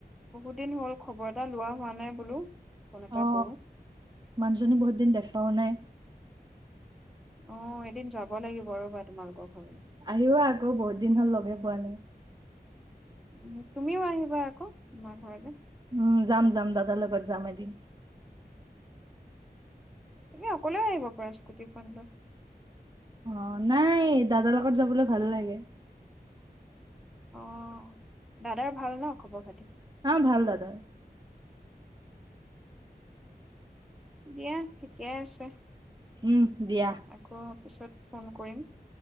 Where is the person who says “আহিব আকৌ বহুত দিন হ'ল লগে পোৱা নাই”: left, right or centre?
Right